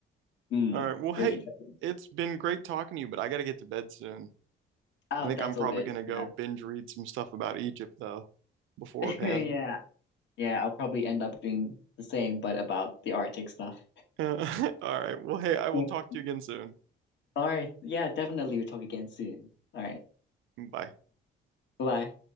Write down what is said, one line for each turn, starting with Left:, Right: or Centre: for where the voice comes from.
Left: mm,
Right: All right. Well, hey,
Left: very interesting.
Right: it's been great talking to you, but I gotta get to bed soon.
Left: Oh,
Right: I think
Left: that's
Right: I'm probably
Left: all good.
Right: gonna go
Left: Yeah,
Right: binge read some stuff about Egypt though beforehand.
Left: <laughs> yeah, yeah. I'll probably end up doing the same, but about the Arctic stuff.
Right: <laughs> All right. Well, hey, I will
Left: <laughs>
Right: talk to you again soon.
Left: All right. Yeah, definitely. We'll talk again soon. All right.
Right: Bye.
Left: Bye-bye.